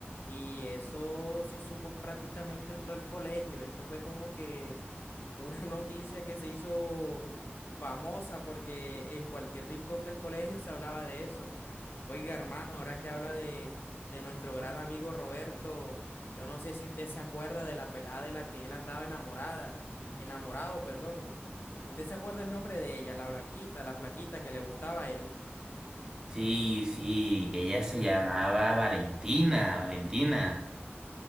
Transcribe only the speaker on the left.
Y eso se supo prácticamente en todo el colegio. Eso fue como que una noticia que se hizo famosa porque en cualquier rincón del colegio se hablaba de eso. Oiga, hermano, ahora que habla de, de nuestro gran amigo Roberto, yo no sé si usted se acuerda de la pelada de la que él andaba enamorada, enamorado, perdón. ¿Usted se acuerda el nombre de ella, la blanquita, la flaquita que le gustaba a él?